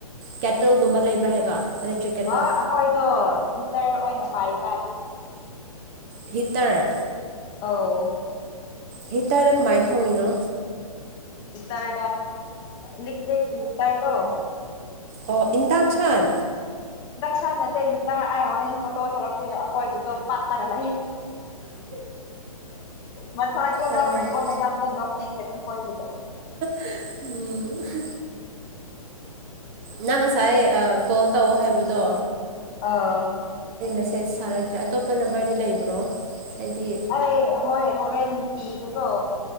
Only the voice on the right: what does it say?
ꯀꯦꯇꯜꯒꯨꯝꯕ ꯂꯩꯕ꯭ꯔꯥ ꯍꯥꯏꯕ ꯏꯂꯦꯛꯇ꯭ꯔꯤꯛ ꯀꯦꯇꯜ
ꯍꯤꯇꯥꯔ
ꯍꯦꯛꯇꯗ ꯀꯃꯥꯏꯅ ꯊꯣꯛꯏꯅꯣ
ꯑꯣ ꯏꯟꯗ ꯈꯥꯟ
ꯑꯣ
ꯎꯝ ꯅꯪ ꯉꯁꯥꯏ ꯀꯣꯜ ꯇꯧꯑꯣ ꯍꯥꯏꯕꯗꯣ
ꯃꯦꯁꯦꯁ ꯊꯥꯔꯛꯇ꯭ꯔꯦ ꯑꯇꯣꯞꯄ ꯅꯝꯕꯔꯗꯤ ꯂꯩꯕ꯭ꯔꯣ ꯑꯩꯗꯤ